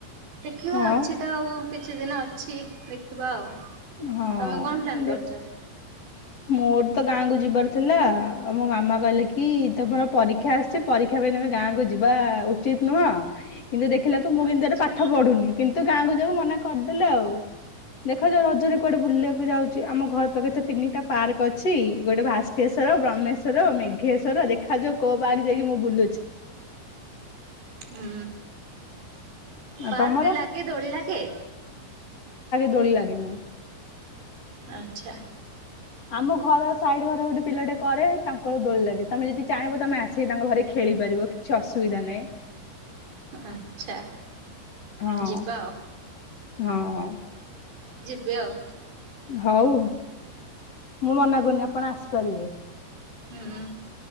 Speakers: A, on the right; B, on the left.
A: ଦେଖିବା
B: ହଁ
A: ଅଛି ତ ଆଉ କିଛି ଦିନ ଅଛି ଦେଖିବା ଆଉ
B: ହଁ
A: ତମେ କଣ ପ୍ଲାନ୍
B: ଦେଖ
A: କରିଛ?
B: ମୋ ତ ଗାଁକୁୁ ଯିବାର ଥିଲା ଆ ମୋ ମାମା କହିଲେ କି ତମର ପରୀକ୍ଷା ଆସିଛି ପରୀକ୍ଷା ପାଇଁ ତମେ ଗାଁକୁ ଯିବା ଉଚିତ ନୁହଁ, କିନ୍ତୁ ଦେଖିଲାକୁ ମୁଁ
A: ଆଛା
B: କିନ୍ତୁ ଏଠି ପାଠ ପଢୁନି କିନ୍ତୁ ଗାଁକୁ ଯଉ ମେ ଆଉ ଦେଖ ରେ କୋଆଟେ ବୁଲିବାକୁ ଯାଉଛି ଆମ ଘର ପାଖରେ ତ ତିନିଟା ପାର୍କ ଅଛି ଗୋଟେ ଭାସ୍କେଶ୍ୱର ବ୍ରହ୍ମେଶ୍ୱର ମେଘେଶ୍ଵର ଦେଖାଯାଉ କୋଉ ପାର୍କ ଯାଇକି ମୁଁ ବୁଲୁଛି,
A: ହୁ
B: ଆଉ
A: ପାର୍କ
B: ତମର
A: ରେ ଲାଗେ ଧୋଳି ଲାଗେ
B: ଜଳି ଲାଗେନି
A: ଆଚ୍ଛା,
B: ଆମ ଘର ସାଇଡ ଘର ଗୋଟେ ପିଲା ଟେ କରେ ତାଙ୍କର ଦୋଳି ଲାଗିଥାଏ। ତମେ ଯଦି ଚାହିଁବ ତମେ ଆସିକି ତାଙ୍କ ଘରେ ଖେଳିପାରିବ କିଛି ଅସୁବିଧା ନାହିଁ
A: ଆଚ୍ଛା
B: ହଁ
A: ଯିବା ଆଉ
B: ହଁ,
A: ବ୍ୟାଓ
B: ହଉ ମୁଁ ମନା କରୁନି ଆପଣ ଆସିପାରିବେ।
A: ହୁଁ ଉଁ